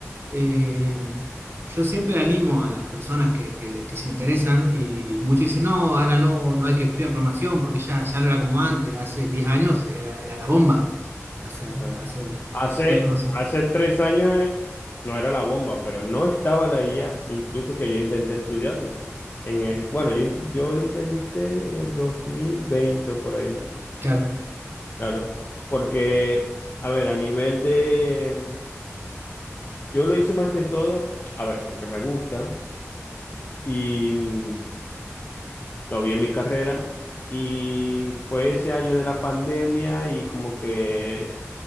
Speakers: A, on the right (about 50°); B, on the left (about 40°).
A: eh, yo siempre animo a las personas que, que le- que se interesan y muchos dicen, no, ahora no, no hay que estudiar programación porque ya, ya no era como antes, hace 10 años era, era la bomba hacer,
B: Claro.
A: hacer,
B: Hace,
A: estudiar programación.
B: hace tres años eh, no era la bomba, pero no estaba la IA, incluso que yo intenté estudiarlo. En el, bueno, yo, int- yo lo intenté en el 2020 o por ahí,
A: Claro.
B: claro, porque, a ver, a nivel de, yo lo hice más que todo, a ver, porque me gusta y mm, lo vi en mi carrera y fue ese año de la pandemia y como que